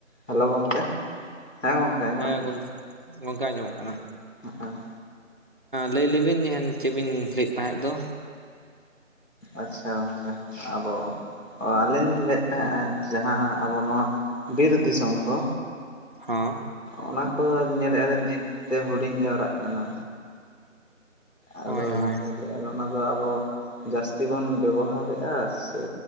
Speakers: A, on the left; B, on the right.
A: Hello ᱜᱚᱝᱠᱮ᱾ ᱦᱮᱸ ᱜᱚᱝᱠᱮ ᱟᱸᱡᱚᱢᱚᱜ
B: ᱦᱮᱸ ᱜᱚᱝᱠᱮ ᱜᱚᱝᱠᱮ ᱟᱸᱡᱚᱢᱚᱜ ᱠᱟᱱᱟ᱾
A: ᱠᱟᱱᱟ
B: ᱞᱟᱹᱭ ᱞᱮᱵᱤᱱ ᱪᱮᱫ ᱵᱤᱱ ᱞᱟᱹᱭᱮᱫ ᱛᱟᱦᱮᱸᱫ ᱫᱚ?
A: ᱟᱪᱪᱷᱟ ᱜᱚᱢᱠᱮ ᱟᱵᱚ ᱚ ᱟᱹᱞᱤᱧ ᱞᱤᱧ ᱞᱟᱹᱭᱮᱫ ᱛᱟᱦᱮᱸ-ᱟ ᱡᱟᱦᱟᱸ ᱟᱵᱚ ᱱᱚᱣᱟ ᱵᱤᱨ ᱫᱤᱥᱚᱢ ᱠᱚ
B: ᱦᱚᱸ᱾
A: ᱚᱱᱟ ᱠᱚ ᱧᱮᱞᱮᱫᱟᱞᱤᱧ ᱫᱤᱱ ᱫᱤᱱᱛᱮ ᱦᱩᱰᱤᱧ ᱡᱟᱣᱨᱟᱜ ᱠᱟᱱᱟ᱾ ᱟᱫᱚ
B: ᱦᱳᱭ ᱦᱳᱭ
A: ᱜᱚᱢᱠᱮ ᱞᱟᱹᱭᱼᱮᱫ ᱟᱞᱮ ᱚᱱᱟᱫᱚ ᱟᱵᱚ ᱡᱟᱹᱥᱛᱤ ᱵᱚᱱ ᱵᱮᱵᱚᱦᱟᱨᱼᱮᱫᱟ ᱥᱮ